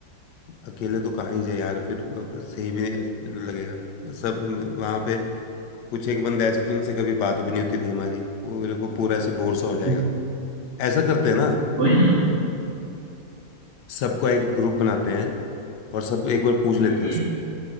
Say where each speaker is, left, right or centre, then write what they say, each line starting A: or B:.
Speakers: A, on the left (about 70°); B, on the right (about 65°).
A: अकेले तो कहाँ ही जाए यार फिर अब सही भी ऐसे लगेगा सब वहां पे कुछ एक बंदे ऐसे थे उनसे कभी बात भी नहीं होती थी हमारी वो मेरे को पूरा ऐसे बोर सा हो जाएगा
B: हम्म,
A: ऐसा करते हैं ना
B: वही ना
A: सबका एक ग्रुप बनाते हैं और सब एक बार पूछ लेते
B: हम्म
A: हैं उसमें